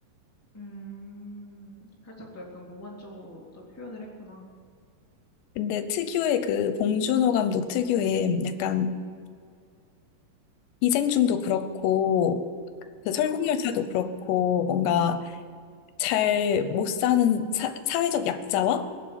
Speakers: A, in the centre; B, on the left (about 85°).
A: 음, 살짝 또 약간 몽환적으로 또 표현을 했구나.
B: 근데 특유의 그 봉준호 감독 특유의 약간 기생충도 그렇고, 그 설국열차도
A: 어, 어.
B: 그렇고, 뭔가 잘 못 사는 사, 사회적 약자와